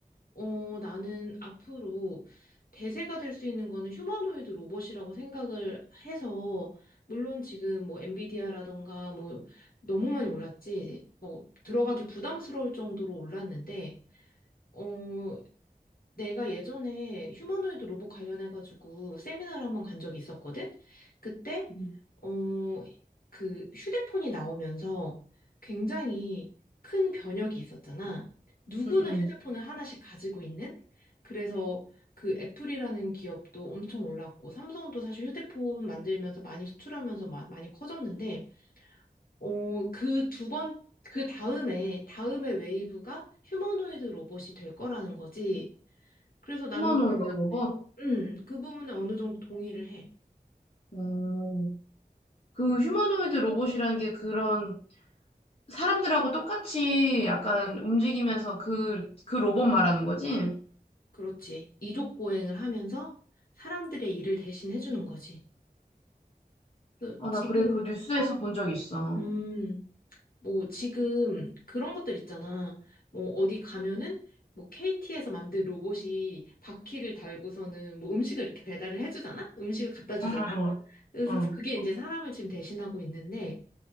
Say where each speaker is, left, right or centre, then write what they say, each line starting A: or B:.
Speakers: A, on the left (about 65°); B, on the left (about 40°).
A: 어, 나는 앞으로 대세가 될 수 있는 거는 휴머노이드 로봇이라고 생각을 해서, 물론 지금 뭐 엔비디아라던가 뭐 너무 많이 올랐지, 뭐 들어가기 부담스러울 정도로 올랐는데, 어, 내가 예전에 휴머노이드 로봇 관련해가지고 세미나를 한 번 간 적이 있었거든? 그때,
B: 음.
A: 어, 그 휴대폰이 나오면서 굉장히 큰 변혁이 있었잖아. 누구나
B: 응, 응.
A: 휴대폰을 하나씩 가지고 있는? 그래서 그 애플이라는 기업도 엄청 올랐고, 삼성도 사실 휴대폰 만들면서 많이 수출하면서 마- 많이 커졌는데, 어, 그 두 번, 그 다음에, 다음에 웨이브가 휴머노이드 로봇이 될 거라는 거지. 그래서 나는
B: 휴머노이드 로봇?
A: 네. 음, 그 부분은 어느 정도 동의를 해.
B: 어, 그 휴머노이드 로봇이라는 게 그런 사람들하고 똑같이 약간 움직이면서 그, 그 로봇 말하는 거지?
A: 그렇지. 이족 보행을 하면서 사람들의 일을 대신 해주는 거지. 그
B: 아,
A: 지금,
B: 나 그래, 그 뉴스에서 본 적 있어.
A: 음, 뭐 지금 그런 것들 있잖아. 뭐 어디 가면은 뭐 KT에서 만든 로봇이 바퀴를 달고서는 뭐 음식을 이렇게 배달을 해주잖아? 음식을 갖다 주잖아?
B: 응, 응,
A: 그래서
B: 응. 응.
A: 그게 이제 사람을 지금 대신하고 있는데